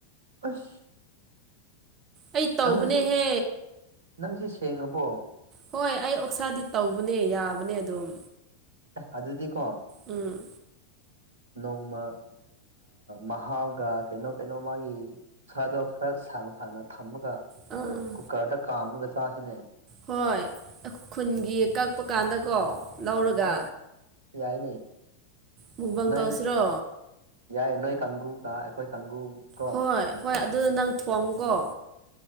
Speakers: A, on the right (about 70°); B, on the right (about 30°).
A: ꯑꯁ
B: ꯑꯩ ꯇꯧꯕꯅꯦꯍꯦ
A: ꯅꯪꯁꯦ ꯅꯪꯁ ꯁꯦꯡꯉꯕꯣ
B: ꯍꯣꯏ ꯑꯩ ꯑꯣꯛꯁꯥꯗꯤ ꯇꯧꯕꯅꯦ ꯌꯥꯕꯅꯦ ꯑꯗꯨꯝ
A: ꯑꯗꯨꯗꯤꯀꯣ
B: ꯎꯝ
A: ꯅꯣꯡꯃ ꯃꯍꯥꯎꯒ ꯀꯩꯅꯣ ꯀꯩꯅꯣ ꯃꯥꯒꯤ ꯁꯥꯗꯣ ꯈꯔ ꯁꯥꯡ ꯁꯥꯡꯅ ꯊꯝꯃꯒ
B: ꯑꯥ
A: ꯀꯨꯀꯥꯔꯗ ꯀꯥꯝꯒꯁꯁꯤꯅꯦ
B: ꯍꯣꯏ ꯈꯨꯟꯒꯤ ꯀꯛꯄ ꯀꯥꯟꯗꯀꯣ ꯂꯧꯔꯒ
A: ꯍꯣꯏ ꯌꯥꯏꯅꯦ
B: ꯃꯨꯛꯕꯪ
A: ꯅꯣꯏ
B: ꯇꯧꯁꯤꯔꯣ
A: ꯌꯥꯏ ꯅꯣꯏ ꯀꯥꯡꯒꯨ ꯀ ꯑꯩꯈꯣꯏ ꯀꯥꯡꯒꯨ ꯀꯣ
B: ꯍꯣꯏ ꯍꯣꯏ ꯑꯗꯨ ꯅꯪ ꯊꯣꯡꯀꯣ